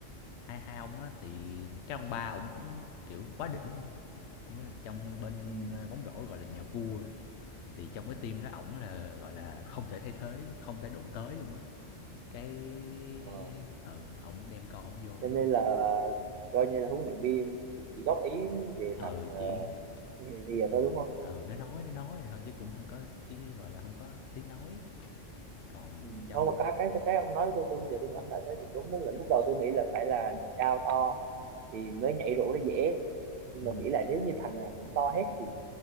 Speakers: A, on the left; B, on the right.
A: hai hai ông á thì cái ông ba ổng kiểu quá đỉnh đi Ổng trong bên
B: ừ.
A: ờ, bóng rổ gọi là nhà vua rồi. thì trong cái team đó ổng là gọi là không thể thay thế không thể đụng tới luôn á cái
B: ờ.
A: ờ ổng đem con ổng vô
B: cho
A: đánh
B: nên
A: luôn
B: là coi như là huấn luyện viên thì cũng chỉ góp ý về
A: ờ
B: mặt uh,
A: chỉ
B: rìa rìa
A: ừ
B: thôi đúng không
A: ừ nó nói nó nói thôi chứ cũng không có ý gọi là không có tiếng nói còn
B: Ừ.
A: trong
B: Không mà cái cái cái ông nói với tôi tôi giờ tôi ngẫm lại thấy cũng đúng đó là lúc đầu tôi nghĩ là phải là cao to thì mới nhảy rổ nó dễ nhưng
A: ừ,
B: mà nghĩ lại nếu như thằng nào cũng to hết thì,